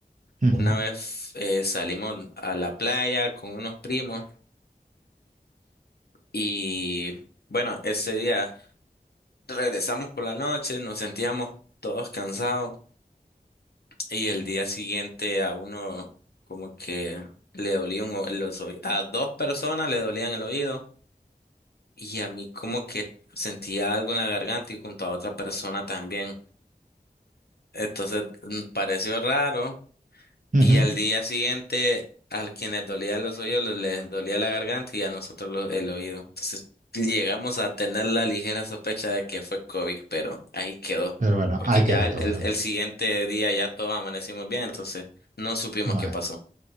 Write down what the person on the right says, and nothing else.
ujú,
ujú.
Pero bueno,
ahí
quedó
todo,
¿no?
Bueno,